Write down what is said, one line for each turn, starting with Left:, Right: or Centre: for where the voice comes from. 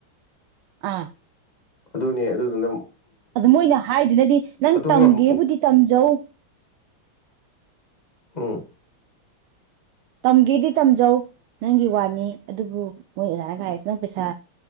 Right: ꯑꯥ
Left: ꯑꯗꯨꯅꯦ ꯑꯗꯨꯗꯨ ꯅ
Right: ꯑꯗꯨ ꯃꯣꯏꯅ ꯍꯥꯏꯗꯨꯅꯗꯤ ꯅꯪ ꯇꯝꯒꯦꯕꯨꯗꯤ
Left: ꯉꯝ
Right: ꯇꯝꯖꯧ
Left: ꯎꯝ
Right: ꯇꯝꯒꯦꯗꯤ ꯇꯝꯖꯧ ꯅꯪꯒꯤ ꯋꯥꯅꯤ ꯑꯗꯨꯕꯨ ꯃꯣꯏ ꯑꯣꯖꯥꯅ ꯀꯥꯏꯔꯤꯁ ꯅꯪ ꯄꯩꯁꯥ